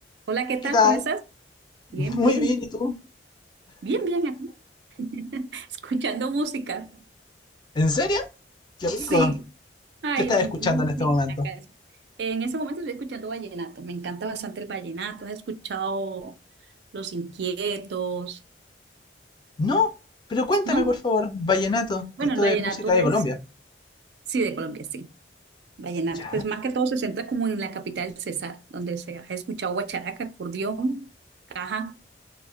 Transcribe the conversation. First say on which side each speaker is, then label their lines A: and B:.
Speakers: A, on the right (about 65°); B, on the left (about 25°).
A: Hola, ¿qué tal?
B: ¿Qué tal?
A: ¿Cómo estás?
B: <laughs>
A: Bien,
B: Muy
A: bien,
B: bien, ¿y tú?
A: bien, bien, aquí, <laughs> escuchando música.
B: ¿En serio? Qué rico.
A: Sí, ay,
B: ¿Qué estás
A: ma-
B: escuchando
A: mm,
B: en este
A: sí,
B: momento?
A: acá es. En ese momento estoy escuchando vallenato, me encanta bastante el vallenato, he escuchado Los Inquietos,
B: No, pero cuéntame
A: ¿no?
B: por favor, vallenato.
A: Bueno,
B: Esto
A: el vallenato
B: es música de
A: es,
B: Colombia.
A: sí, de Colombia, sí, vallenato,
B: Ya,
A: pues más que todo se centra como en la capital César, donde se ha escuchado guacharaca, acordeón, caja,